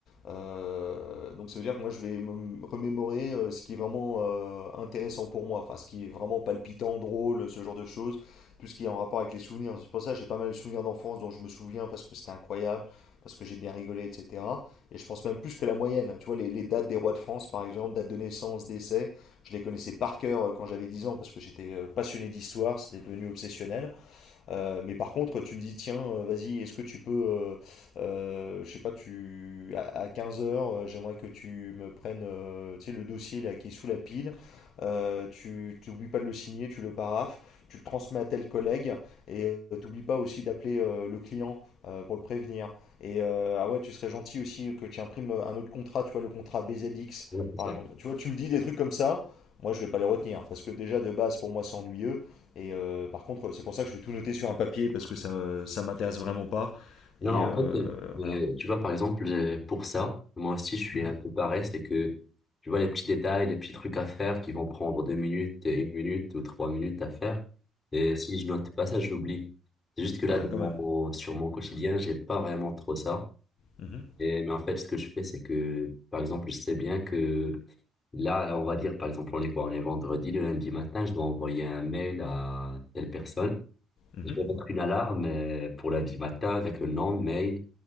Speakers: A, on the left; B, on the left.
A: Euh, donc, ça veut dire que moi, je vais me remémorer euh, ce qui est vraiment euh, intéressant pour moi, enfin, ce qui est vraiment palpitant, drôle, ce genre de choses, tout ce qui est en rapport avec les souvenirs. C'est pour ça que j'ai pas mal de souvenirs d'enfance dont je me souviens parce que c'était incroyable, parce que j'ai bien rigolé, etc. Et je pense même plus que la moyenne. Tu vois, les, les dates des rois de France, par exemple, date de naissance, décès, je les connaissais par cœur euh, quand j'avais 10 ans parce que j'étais euh, passionné d'histoire, c'était devenu obsessionnel. Euh, mais par contre, tu me dis, tiens, euh, vas-y, est-ce que tu peux, euh, euh, je sais pas, tu, à, à 15 heures, euh, j'aimerais que tu me prennes, euh, tu sais, le dossier là qui est sous la pile. Euh, tu n'oublies pas de le signer, tu le paraphes, tu le transmets à tel collègue et euh, t'oublies pas aussi d'appeler euh, le client euh, pour le prévenir. Et euh, ah ouais, tu serais gentil aussi que tu imprimes un autre contrat, tu vois, le contrat BZX
B: Ouais, c'est
A: par
B: ça.
A: exemple. Tu vois, tu me dis des trucs comme ça, moi je vais pas les retenir parce que déjà de base pour moi c'est ennuyeux. Et euh, par contre, c'est pour ça que je vais tout noter sur un papier parce que ça, ça m'intéresse vraiment pas.
B: Non,
A: Et
B: non, en
A: euh,
B: fait, euh,
A: voilà.
B: tu vois, par exemple, euh, pour ça, moi aussi, je suis
A: Mhm.
B: un peu pareil, c'est que, tu vois, les petits détails, les petits trucs à faire qui vont prendre deux minutes, une minute ou trois minutes à faire, et si je note pas ça, je l'oublie. C'est juste que là,
A: Ah,
B: dans
A: quand même.
B: mon- sur mon quotidien, j'ai pas vraiment trop ça.
A: Mhm,
B: Et, mais en fait, ce que je fais, c'est que, par exemple, je sais bien que là, on va dire, par exemple, on est quoi? On est vendredi, le lundi matin, je dois envoyer un mail à telle personne.
A: mhm.
B: Je vais mettre une alarme euh, pour lundi matin avec le nom, mail